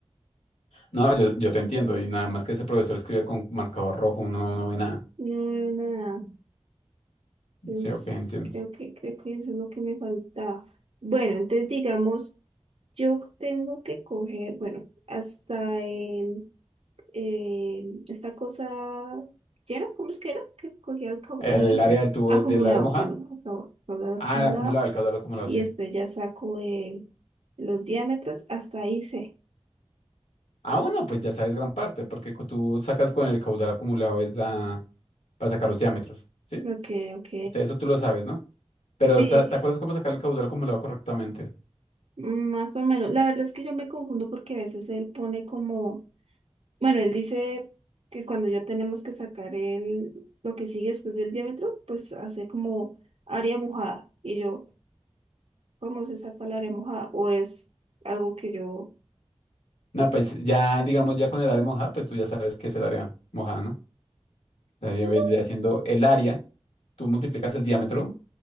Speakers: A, on the left; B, on the right.
A: No, yo, yo te entiendo y nada más que ese profesor escribe con marcador rojo, uno no, no ve nada.
B: No veo nada. Pues
A: Sí, ok, entiendo.
B: creo que, creo que eso es lo que me faltaba. Bueno, entonces digamos, yo tengo que coger, bueno, hasta el eh, esta cosa llena, ¿cómo es que era? Que cogía el caudal
A: El área del tubo
B: acumulado,
A: del área mojada.
B: bueno, acau- caudal
A: Ah,
B: acumulado,
A: el acumulado, el caudal acumulado,
B: y
A: sí.
B: después ya saco el, los diámetros, hasta ahí sé.
A: Ah, bueno, pues ya sabes gran parte, porque cu- tú sacas con el caudal acumulado es la para sacar los diámetros, ¿sí? O
B: Ok, ok.
A: sea, Eso tú lo sabes, ¿no? Pero
B: Sí,
A: ¿ta- ¿te acuerdas cómo sacar el caudal acumulado correctamente?
B: más o menos. La verdad es que yo me confundo porque a veces él pone como, bueno, él dice que cuando ya tenemos que sacar el, lo que sigue después del diámetro, pues hace como área mojada. Y yo, ¿cómo se saca el área mojada? O es algo que yo
A: No, pues ya, digamos, ya con el área mojada, pues tú ya sabes qué es el área mojada, ¿no? El
B: No.
A: área vendría siendo el área, tú multiplicas el diámetro